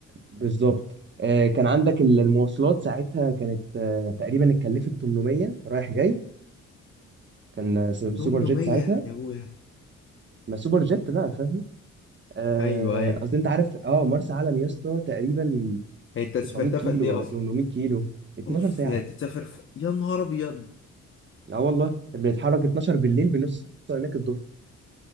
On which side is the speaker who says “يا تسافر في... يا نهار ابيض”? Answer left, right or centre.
Left